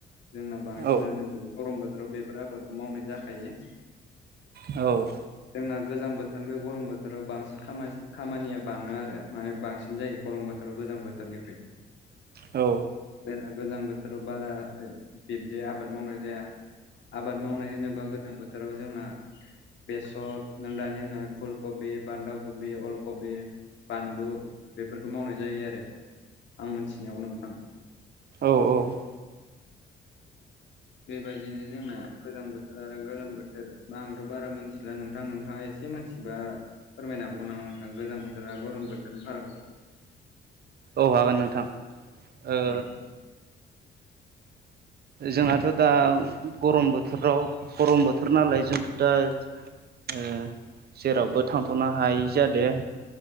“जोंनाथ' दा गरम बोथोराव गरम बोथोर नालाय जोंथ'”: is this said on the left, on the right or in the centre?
Right